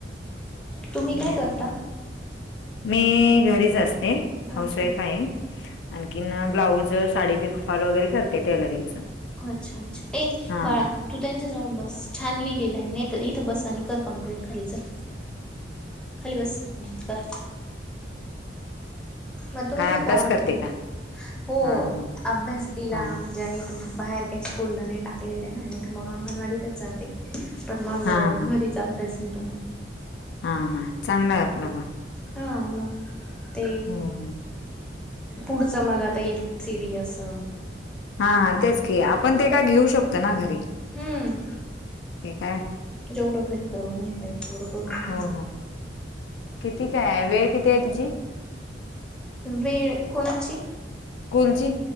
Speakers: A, in the centre; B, on the left.
A: तुम्ही
B: मी
A: काय करता?
B: म्हणते मी घरीच असते, हाऊस
A: अच्छा.
B: वाईफ आहे. आणखीन ब्लाऊज साडी पिकोफॉल वगैरे करते टेलरिंगच.
A: अच्छा अच्छा ये
B: हा
A: बाळा तू त्यांच्याजवळ बस छान लिहिलेल आहे नाही तर इथं बस आणि कर कम्प्लीट खाली च खाली बस हम्म कर, मग तुम्ही
B: काय
A: हे
B: अभ्यास
A: काम
B: करते का?
A: हो,
B: हा हा
A: अभ्यास तीला
B: हा
A: म्हणजे आम्ही पण बाहेर स्कूल नाही टाकलेल आहे ना इथ मग अंगणवाडीतच जाते, पण मग
B: हा हा
A: घरी अभ्यास घेेतो मग.
B: हा हां, चांगला आहे आपल म.
A: हा मग, ते
B: हो हो
A: पुढच मग आता ए बी सी डी असं.
B: हा तेच की आपण ते काय घेऊ शकतो ना घरी.
A: हम्म,
B: ते काय
A: जेवढं घरी करून घेता येईल तेवढं करून घ्यायचं.
B: हो हो. किती काय वेळ किती आहे तिची?
A: वेळ कोणाची?
B: स्कूलची?